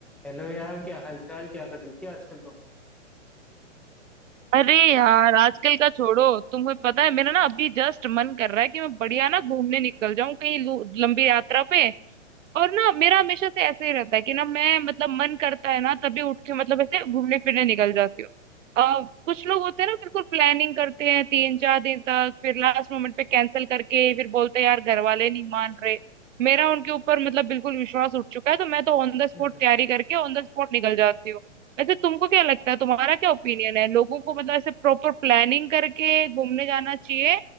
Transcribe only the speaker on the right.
अरे यार आजकल का छोड़ो तुम्हें पता है मेरा ना अभी जस्ट मन कर रहा है कि मैं बढ़िया ना घूमने निकल जाऊं कहीं लू- लंबी यात्रा पे और ना मेरा हमेशा से ऐसे ही रहता है कि ना मैं मतलब मन करता है ना तभी उठ के मतलब ऐसे घूमने फिरने निकल जाती हूँ अ, कुछ लोग होते हैं ना बिल्कुल प्लानिंग करते हैं तीन चार दिन तक फिर लास्ट मोमेंट पे कैंसिल करके फिर बोलते हैं यार घर वाले नहीं मान रहे मेरा उनके ऊपर मतलब बिल्कुल विश्वास उठ चुका है तो मैं तो ऑन द स्पॉट
तैयारी करके ऑन द स्पॉट निकल जाती हूँ वैसे तुमको क्या लगता है तुम्हारा क्या ओपिनियन है लोगों को मतलब ऐसे प्रॉपर प्लानिंग करके घूमने जाना चाहिए